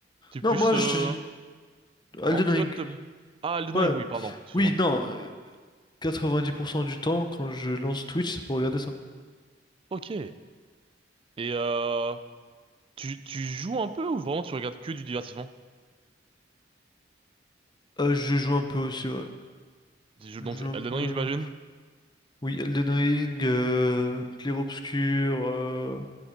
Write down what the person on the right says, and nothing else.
T'es
plus
euh,
en
hot tub. Ah, Elden
Ring, oui, pardon. Excuse-moi.
Ok. Et euh, tu, tu joues un peu ou vraiment tu regardes que du divertissement?
Tu joues
donc
Elden
Ring, j'imagine.